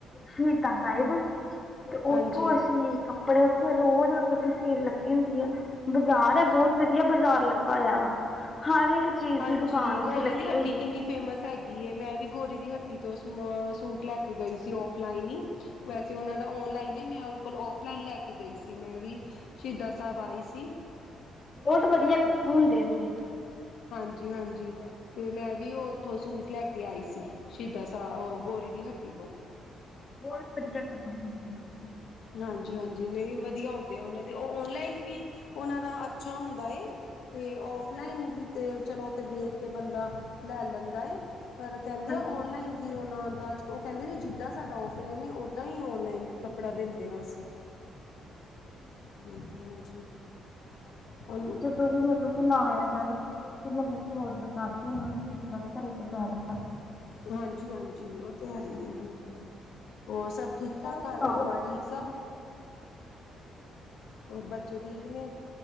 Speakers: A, on the left; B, on the left.
A: ਸ਼ਹੀਦਾਂ ਸਾਹਿਬ ਤੇ
B: ਹਾਂਜੀ
A: ਉੱਥੋਂ ਅਸੀਂ ਕ ਕੱਪੜੇ ਫਿਰ ਉੱਥੇ ਰੋਜ਼ ਮਤਲਬ ਕਿ ਸੇਲ ਲੱਗੀ ਹੁੰਦੀ ਆ। ਬਜ਼ਾਰ ਏ ਬਹੁਤ ਵਧੀਆ ਬਾਜ਼ਾਰ ਲੱਗਾ ਹੋਇਆ ਵਾ। ਹਰ ਇੱਕ ਚੀਜ਼
B: ਹਾਂਜੀ,
A: ਦੀ ਦੁਕਾਨ ਉੱਥੇ
B: ਗੋਰੀ
A: ਲੱਗੀ
B: ਦੀ ਹੱਟੀ
A: ਹੋਈ
B: ਕਿੰਨੀ
A: ਹੈ
B: ਫੇਮਸ ਹੈਗੀ ਏ। ਮੈਂ ਵੀ ਗੋਰੀ ਦੀ ਹੱਟੀ ਤੋਂ ਸਮਾਅ ਸੂਟ ਲੈ ਕੇ ਗਈ ਸੀ ਔਫਲਾਈਨ ਹੀ। ਵੈਸੇ ਉਹਨਾਂ ਦਾ ਔਨਲਾਈਨ ਏ। ਮੈਂ ਉਹ ਕੋਲ ਔਫਲਾਈਨ ਲੈ ਕੇ ਗਈ ਸੀ ਵੀ ਸ਼ਹੀਦਾ ਸਾਹਿਬ ਆਈ ਸੀ।
A: ਬਹੁਤ ਵਧੀਆ ਕੱਪੂ ਹੁੰਦੇ ਇੱਥੇ।
B: ਹਾਂਜੀ ਹਾਂਜੀ ਤੇ ਮੈਂ ਵੀ ਉਹ ਉੱਥੋਂ ਸੂਟ ਲੈ ਕੇ ਆਈ ਸੀ। ਸ਼ਹੀਦਾਂ ਸਾ ਗੋਰੀ ਦੀ ਹੱਟੀ ਤੋਂ।
A: ਬਹੁਤ ਵਧੀਆ ਕੱਪੜੇ ਹੁੰਦੇ।
B: ਹਾਂਜੀ ਹਾਂਜੀ। ਨਹੀਂ ਵਧੀਆ ਹੁੰਦੇ ਆ ਉਹਨਾਂ ਦੇ ਉਹ ਓਨਲਾਈਨ ਵੀ ਉਹਨਾਂ ਦਾ ਅੱਛਾ ਹੁੰਦਾ ਏ ਤੇ ਫਲਾਈਨ ਵੀ ਤੇ ਚਲੋ ਤੇ ਵੇਖ ਕੇ ਬੰਦਾ ਲੈ ਲੈਂਦਾ ਏ, ਪਰ ਕਹਿੰਦੇ
A: ਹਾਂਜੀ
B: ਆ ਔਨਲਾਈਨ ਵੀ ਉਹਨਾਂ ਦਾ ਉਹ ਕਹਿੰਦੇ ਜੀ ਜਿੱਦਾਂ ਸਾਡਾ ਔਫਲਾਈਨ ਏ, ਉੱਦਾਂ ਹੀ ਔਨਲਾਈਨ। ਕੱਪੜਾ ਦਿੰਦੇ ਹਾਂ ਅਸੀਂ ਹਾਂਜੀ-ਹਾਂਜੀ। ਉਹ
A: ਜਦੋਂ ਵੀ ਮਤਲਬ ਕਿ ਨਾ ਆਇਆ ਜਾਵੇ। ਤੇ ਮਤਲਬ ਔਡਰ ਕਰ ਦਿੰਦਾ, ਬੰਦਾ ਘਰੇ ਪਚਾ ਦਿੰਦਾ।
B: ਹਾਂਜੀ-ਹਾਂਜੀ। ਉਹ ਤੇ ਏ ਹੀ
A: ਹਾਂਜੀ
B: ਏ। ਹਾਂਜੀ-ਹਾਂਜੀ, ਹੋਰ ਸਭ ਠੀਕ-ਠਾਕ।
A: ਹੋਰ ਸੁਣਾਓ
B: ਘਰ ਪਰਿਵਾਰ
A: ਤੁਸੀਂ
B: ਠੀਕ ਸਭ, ਹੋਰ ਬੱਚੇ ਠੀਕ ਨੇ।